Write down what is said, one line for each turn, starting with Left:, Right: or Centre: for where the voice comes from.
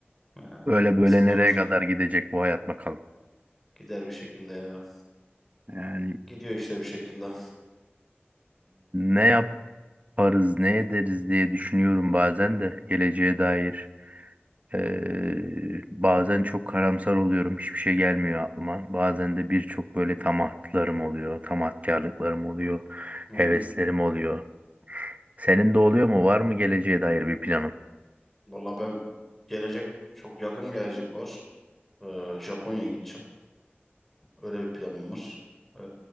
Centre: Ha,
Right: Böyle böyle
Centre: eskiden
Right: nereye
Centre: olsa
Right: kadar gidecek bu hayat bakalım.
Centre: gider bir şekilde ya.
Right: Yani
Centre: Gidiyor işte bir şekilde.
Right: ne yaparız, ne ederiz diye düşünüyorum bazen de geleceğe dair. Ee, bazen çok karamsar oluyorum. Hiçbir şey gelmiyor aklıma. Bazen de birçok böyle tamatlarım oluyor. Tamatkarlıklarım oluyor.
Centre: Hı
Right: Heveslerim
Centre: hı.
Right: oluyor. Senin de oluyor mu? Var mı geleceğe dair bir planın?
Centre: Valla ben gelecek çok yakın gelecek var. Ee, Japonya'ya gideceğim. Öyle bir planım var. Ee,